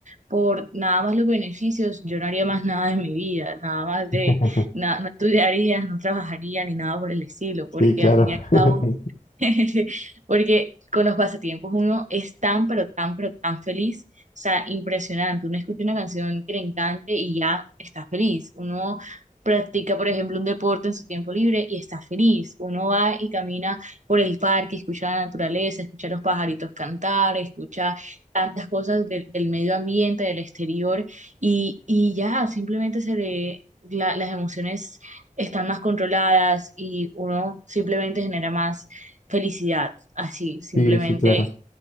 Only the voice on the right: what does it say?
por nada más los beneficios, yo no haría más nada en mi vida, nada más
de, na- no estudiaría, no trabajaría ni nada por el estilo,
porque
al fin y al
cabo <laughs> Porque con los pasatiempos uno es tan, pero tan, pero tan feliz. O sea, impresionante. Uno escucha una canción que le encante y ya está feliz. Uno practica, por ejemplo, un deporte en su tiempo libre y está feliz. Uno va y camina por el parque, escucha la naturaleza, escucha los pajaritos cantar, escucha tantas cosas del del medio ambiente, del exterior y, y ya simplemente se le... la- las emociones están más controladas y uno simplemente genera más felicidad, así, simplemente